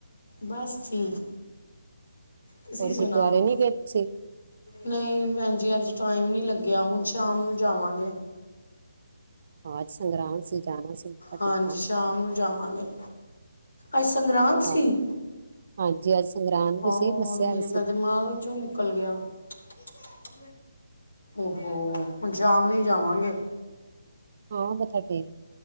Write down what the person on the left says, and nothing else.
ਬਸ ਠੀਕ ਤੁਸੀਂ
ਸੁਣਾਓ?
ਨਹੀਂ, ਭੈਣ ਜੀ ਅੱਜ ਟਾਈਮ ਨੀ ਲੱਗਿਆ ਹੁਣ ਸ਼ਾਮ ਨੂੰ ਜਾਵਾਂਗੇ।
ਹਾਂਜੀ,
ਸ਼ਾਮ ਨੂੰ ਜਾਵਾਂਗੇ, ਅੱਜ ਸੰਗਰਾਂਦ
ਸੀ।
ਹਾਂ,
ਮੇਰੇ
ਤਾਂ ਦਿਮਾਗ ਵਿੱਚੋਂ ਨਿਕਲ ਗਿਆ। ਤਚ-ਚ-ਚ ਉਹਹੋ ਹੁਣ ਸ਼ਾਮ ਨੀ ਹੀ ਜਾਵਾਂਗੇ।